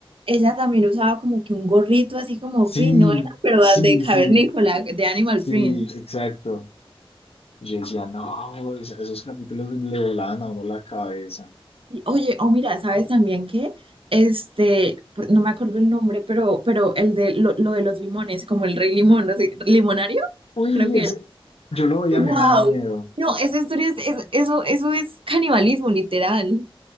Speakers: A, on the right; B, on the left.
A: ella también usaba como que un gorrito así como
B: Sí,
A: fino, ¿no era, pero
B: sí,
A: de cavernícola,
B: sí.
A: de Animal
B: Sí,
A: Print.
B: exacto. Y Yo decía, no, es- esos capítulos le volaban a uno la cabeza.
A: Y, Oye, oh mira, ¿sabes también qué? Este, pues, no me acuerdo el nombre, pero, pero el de lo, lo de los limones, como el rey limón, no sé, limonario,
B: Uy,
A: creo que
B: ese,
A: era.
B: yo lo veía,
A: ¡Wow!
B: a mí me daba miedo.
A: No, esa historia es, es- eso, eso es canibalismo, literal.